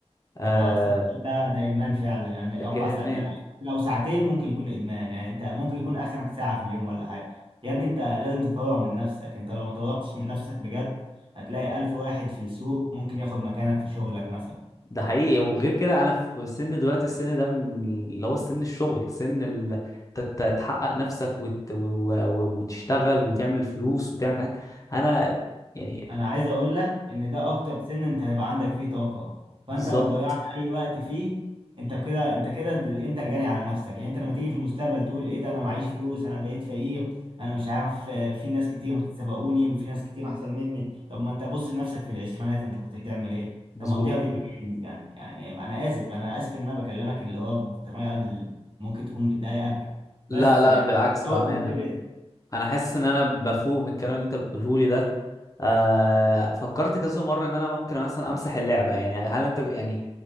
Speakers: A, on the left; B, on the right.
A: آه
B: هو بصراحه ده ده ادمان فعلا يعني
A: ده كده
B: اربع ساعات
A: ادمان
B: ده لو لو ساعتين ممكن يكون ادمان يعني انت ممكن يكون اخرك ساعه في اليوم ولا حاجه يا ابني انت لازم تطور من نفسك انت لو ما طورتش من نفسك بجد هتلاقي الف واحد في السوق ممكن ياخد مكانك في شغلك مثلا
A: ده حقيقي وغير كده انا في سن دلوقتي السن ده من اللي هو سن الشغل سن ال... تت- تحقق نفسك وت... و... و... وتشتغل وتعمل فلوس وتعمل حاجات انا يعني
B: انا عايز اقول لك ان ده اكتر سن انت هيبقى عندك فيه طاقة فانت
A: بالظبط
B: لو ضيعت اي وقت فيه انت كده انت كده ال- انت الجاني على نفسك يعني انت لما تيجي في المستقبل تقول ايه ده انا معيش فلوس انا بقيت فقير انا مش عارف آه، في ناس كتير سبقوني وفي ناس كتير احسن مني طب ما انت بص لنفسك في العشرينات انت كنت بتعمل ايه انت
A: مظبوط
B: مقضيها فيديو جيمز يعني يعني انا اسف انا اسف ان انا بكلمك اللي هو بطريقة اللي ممكن تكون بتضايقك
A: لا
B: بس
A: لا
B: يعني
A: بالعكس
B: حاول
A: بأمانة
B: تنتبه
A: أنا حاسس إن أنا بفوق من الكلام اللي أنت بتقوله لي ده آه فكرت كذا مرة إن أنا ممكن مثلا أمسح اللعبة يعني هل أنت يعني